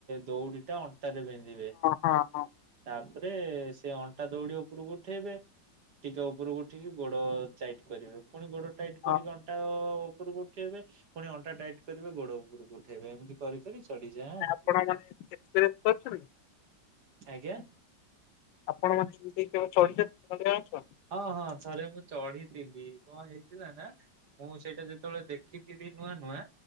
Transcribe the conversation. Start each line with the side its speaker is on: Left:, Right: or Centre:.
Right: ଦଉଡିଟା ଅନ୍ ଅଣ୍ଟାରେ ପିନ୍ଧିବେ।
Left: ହଁ ହଁ
Right: ତାପରେ ସେ ଅଣ୍ଟା ଦଉଡି ଉପରକୁ ଉଠେଇବେ ଟିକେ ଓପରକୁ ଉଠିକି ଗୋଡ ଚାଇଟ୍ କରିବେ। ପୁଣି ଗୋଡ ଟାଇଟ୍
Left: ହଁ
Right: କରିକି, ଅଣ୍ଟା ଓ ଓପରକୁ ଉଠେଇବେ ପୁଣି ଅଣ୍ଟା ଟାଇଟ୍ କରିବେ ଗୋଡ ଉପରକୁ ଉଠେଇବେ, ଏମିତି କରି କରି ସେ ଚଢ଼ିଯାଆନ୍ତି।
Left: ଆପଣ ମାନେ ଏକ୍ସପିରିଏନ୍ସ କରିଛନ୍ତି?
Right: ଆଜ୍ଞା?
Left: ଆପଣ ମାନେ କେହି କେବେ ଚଢ଼ିଛନ୍ତି ନଡ଼ିଆ ଗଛ?
Right: ହଁ ହଁ। ଥରେ ମୁଁ ଚଢିଥିଲି। କଣ ହେଇଥିଲା ନା, ମୁଁ ସେଇଟା ଯେତେବେଳେ ଦେଖିଥିଲି ଏଇ ନୂଆ ନୂଆ